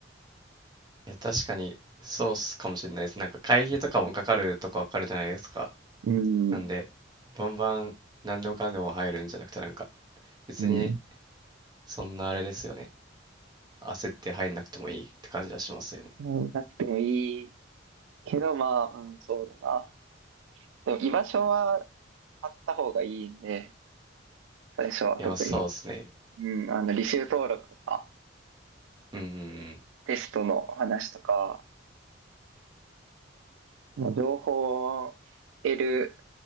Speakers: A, on the right; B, on the right.
A: いや、確かに、そうっすかもしれないです。なんか会費とかもかかるとこわかるじゃないですか。
B: ど。うん。
A: なんで、バンバン何でもかんでも入るんじゃなくて、なんか、別に
B: うん。
A: そんなあれですよね。焦って入んなくてもいいって感じはしますよね。
B: 入らなくてもいいけど、まあ、うん、そうだな。でも居場所はあった方がいいんで、最初は特に。
A: いや、まあそうっすね。
B: うん、あの、履修登録とか、
A: うんうん
B: テストの話とか、まあ、情報を得る